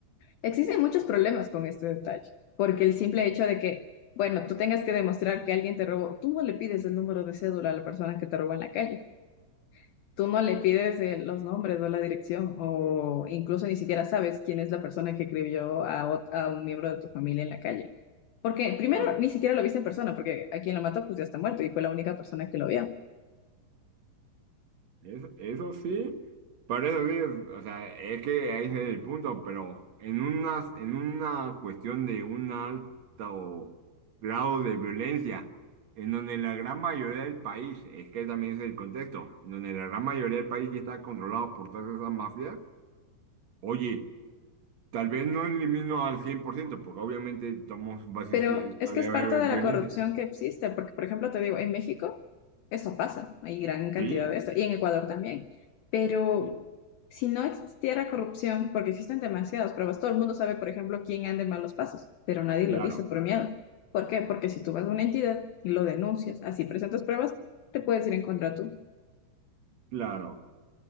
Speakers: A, on the left; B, on the right.
A: existen muchos problemas con este detalle, porque el simple hecho de que, bueno, tú tengas que demostrar que alguien te robó, tú no le pides el número de cédula a la persona que te robó en la calle tú no le pides eh, los nombres o la dirección, o incluso ni siquiera sabes quién es la persona que escribió a, ot- a un miembro de tu familia en la calle. Porque primero
B: Claro.
A: ni siquiera lo viste en persona, porque a quien lo mató pues ya está muerto y fue la única persona que lo vio.
B: Eso, eso sí, para eso sí, es- o sea, es que ahí es el punto, pero en unas, en una cuestión de un alto grado de violencia, en donde la gran mayoría del país, es que también es el contexto, en donde la gran mayoría del país ya está controlado por todas esas mafias, oye, tal vez no elimino al 100% porque obviamente estamos, va a existir,
A: Pero es
B: todavía
A: que es parte
B: va a haber
A: de
B: violencia.
A: la corrupción que existe, porque, por ejemplo, te digo, en México eso pasa, hay gran cantidad
B: Sí,
A: de esto, y en Ecuador también. Pero
B: sí,
A: si no existiera corrupción, porque existen demasiadas pruebas, todo el mundo sabe, por ejemplo, quién anda en malos pasos, pero nadie
B: claro,
A: lo dice por miedo. ¿Por qué? Porque si tú vas a una entidad y lo denuncias, así presentas pruebas, te puedes ir en contra tú.
B: claro.